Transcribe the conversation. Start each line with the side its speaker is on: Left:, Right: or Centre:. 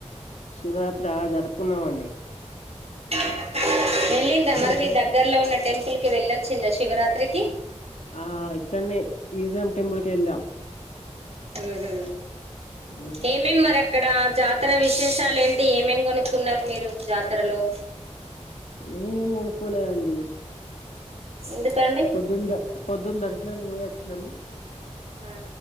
Left: శివరాత్రా జరుపుకున్నామండి
Right: <unintelligible> వెళ్లిందా మరి
Left: మీకు
Right: మీ దగ్గరలో ఉన్న టెంపుల్ కి వెళ్ళొచ్చిందా శివరాత్రికి
Left: ఆ ఇక్కడనే ఈశ్వరుని టెంపుల్ కెళ్ళాం
Right: ఉహూ
Left: హ్మ్.
Right: ఏమేం మర క్కడ జాతర విశేషాలు ఏంటి ఏమేం కొనుక్కున్నారు మీరు జాతరలో
Left: ఈ ఏమి కొనుక్కోలే అండి
Right: ఎందుకండి
Left: పొద్దుందా పొద్దుంద <unintelligible> దానికి పోయొచ్చ్ నాం
Right: ఆ